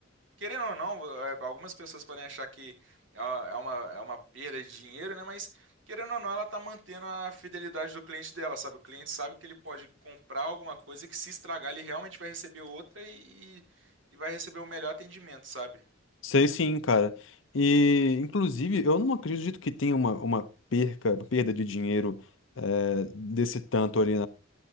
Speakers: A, on the right; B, on the left.
A: Querendo ou não, é, algumas pessoas podem achar que é uma, é uma, é uma perda de dinheiro, né? Mas querendo ou não, ela tá mantendo a fidelidade do cliente dela, sabe? O cliente sabe que ele pode comprar alguma coisa que se estragar, ele realmente vai receber outra e, e vai receber o melhor atendimento, sabe?
B: Sei sim, cara. E, inclusive, eu não acredito que tenha uma, uma perca, perda de dinheiro eh, desse tanto ali